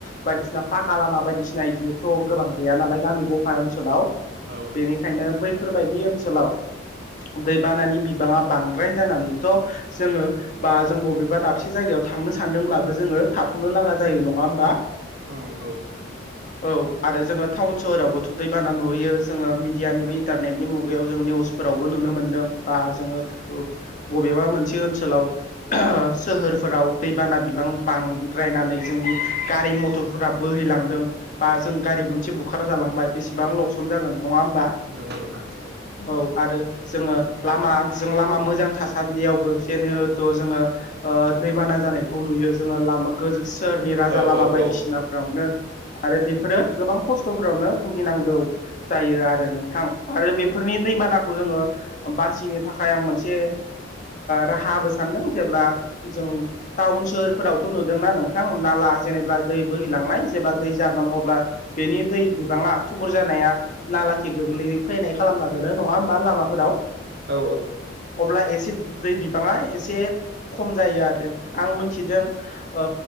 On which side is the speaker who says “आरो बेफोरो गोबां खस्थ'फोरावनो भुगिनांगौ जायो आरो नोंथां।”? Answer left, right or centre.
Left